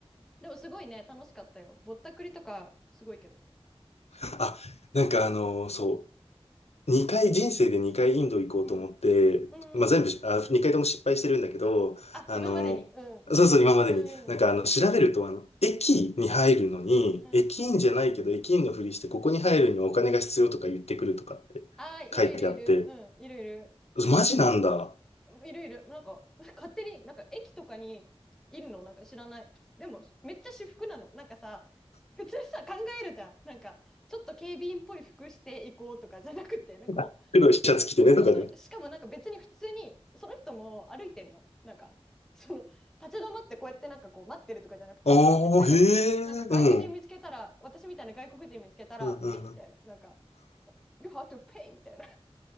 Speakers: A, in the centre; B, on the left (about 85°).
A: うでもすごいね楽しかったよぼったくりとかすごいけど
B: あ、なんかあの、
A: うん
B: そう、2回、人生で2回インド行こうと思って、
A: うんうん
B: まあ、全部し、あ、2回とも失敗してるんだけど、
A: あ今までにうん
B: あの、そうそう、今までに、
A: うん
B: なんかあの、調べると、あの、駅に入るのに、
A: うん
B: 駅員じゃないけど、駅員のふりして、ここに入るにはお金が必要とか言ってくるとかって書いてあって、
A: ああいるいるいるうんいるいる
B: マジなんだ。
A: いるいるなんか勝手になんか駅とかにいるのなんか知らない普通でもめっちゃ私服なのなんかさ普通さ考えるじゃんなんかちょっと警備員っぽい服していこうとかじゃなくてなんかもう
B: あ黒いシャツ着てねとかで。
A: そうそうしかもなんか別に普通にその人も歩いてんのなんかその立ち止まってこうやってなんかこう待ってるとかじゃなくて歩いててなんか外国人見つけたら私みたいな外国人見つけたら「Hey」みたいななんか
B: ああ、へえ、うん。うんうん
A: 「You have to pay」みたいな